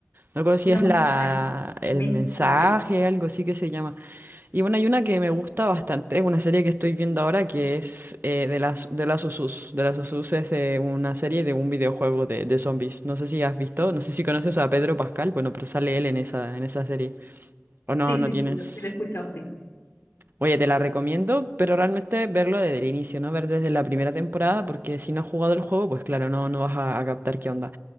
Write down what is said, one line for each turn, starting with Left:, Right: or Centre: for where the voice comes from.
Right: No recuerdo si
Left: No,
Right: es
Left: no,
Right: la,
Left: la he visto.
Right: el
Left: Coméntame,
Right: mensaje,
Left: a ver.
Right: algo así que se llama. Y bueno, hay una que me gusta bastante, es una serie que estoy viendo ahora que es eh, de las de las Usus. De las Usus es eh, una serie de un videojuego de, de zombies. No sé si has visto, no sé si conoces a Pedro Pascal, bueno, pero sale él en esa, en esa serie. O no,
Left: Sí, sí,
Right: no tienes.
Left: sí, lo- sí, la he escuchado, sí.
Right: Oye, te la recomiendo, pero realmente verlo desde el inicio, ¿no? Ver desde la primera temporada, porque si no has jugado el juego, pues claro, no, no vas a, a captar qué onda.